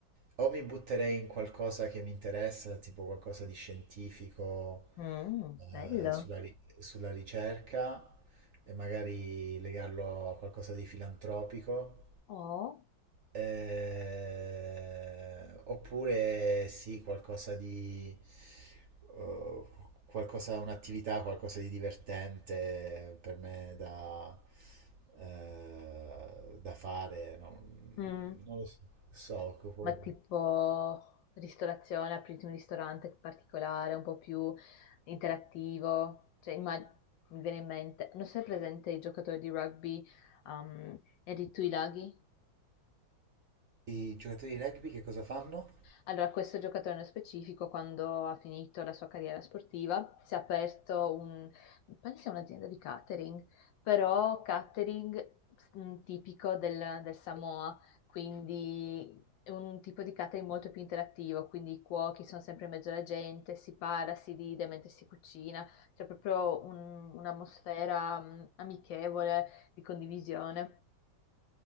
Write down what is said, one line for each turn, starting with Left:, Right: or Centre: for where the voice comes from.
Right: o mi butterei in qualcosa che mi interessa, tipo qualcosa di scientifico,
Left: Mm,
Right: eh,
Left: bello.
Right: sulla, ri- sulla ricerca, e magari legarlo a qualcosa di filantropico.
Left: Oh,
Right: Eh, oppure sì, qualcosa di... eh, qualcosa, un'attività, qualcosa di divertente per me da, eh, da fare. Non
Left: Mm.
Right: Non lo so. so, tipo,
Left: Ma tipo ristorazione, apriti un ristorante particolare, un po' più interattivo. Cioè, immag- mi viene in mente, non sei presente i giocatori di rugby, um, Erri Tuilagi?
Right: i giocatori di rugby che cosa fanno?
Left: Allora, questo giocatore nello specifico, quando ha finito la sua carriera sportiva, si è aperto un, mi pare sia un'azienda di catering, però catering mm, tipico del, del Samoa, quindi è un tipo di catering molto più interattivo, quindi i cuochi sono sempre in mezzo alla gente, si parla, si ride mentre si cucina, c'è proprio un- un'atmosfera mm, amichevole di condivisione.